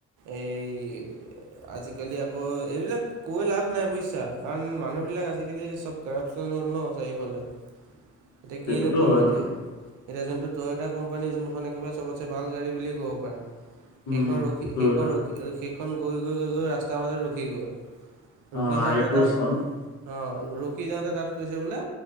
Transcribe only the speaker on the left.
সেইটোতো
হয়
বাৰু
উম
টয়টা
অ
হাইক্ৰছখন